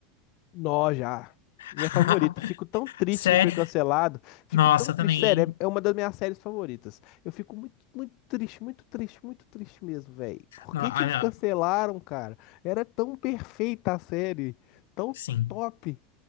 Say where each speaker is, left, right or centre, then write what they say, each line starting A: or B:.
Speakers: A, on the left (about 50°); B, on the left (about 70°).
A: Nó já.
B: <laughs>
A: Minha favorita. Fico tão triste
B: Sério?
A: que foi cancelado. Fico
B: Nossa,
A: tão
B: também,
A: triste.
B: hein?
A: Sério, é é uma das minhas séries favoritas. Eu fico muito, muito triste, muito triste, muito triste mesmo, velho. Por
B: No-
A: que
B: ah,
A: que eles cancelaram,
B: ah,
A: cara? Era tão perfeita a série. Tão
B: Sim.
A: top.